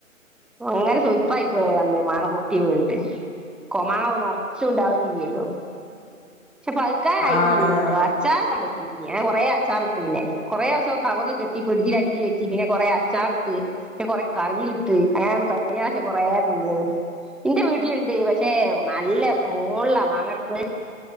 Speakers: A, in the centre; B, on the left.
A: അങ്ങനെ സോയിപ്പായി
B: ആഹ്
A: പോയ അന്നേ മാവ് പൊട്ടി വീണിട്ട് മാങ്ങാ നിറച്ചണ്ടാവ ചെയ്യല്ലോ പക്ഷെ പഴുക്കാൻ
B: ആഹ് അതന്നെ ആഹ് ആഹ്
A: ആയിട്ട്
B: അതന്നെ
A: ഇല്ലെനിം
B: നറച്ചുണ്ടാവും
A: അച്ചാറിടാൻ പറ്റിനിം ഞാൻ കുറെ അച്ചാർ ഇട്ട് പിന്നെ കുറെ ദിവസം കവറിൽ കെട്ടി ഫ്രിഡ്ജിൽ അടിൽ വെച്ച് പിന്നെ കുറെ അച്ചാർ ഇട്ട് കുറെ കറിയിലിട്ട് ഞ കഴിഞ്ഞയാശം കൊറെേ തിന്ന്ക്കണ് എന്റെ വീട്ടിലുണ്ട് പക്ഷെ നല്ല മുകളില മാങ്ങടക്ക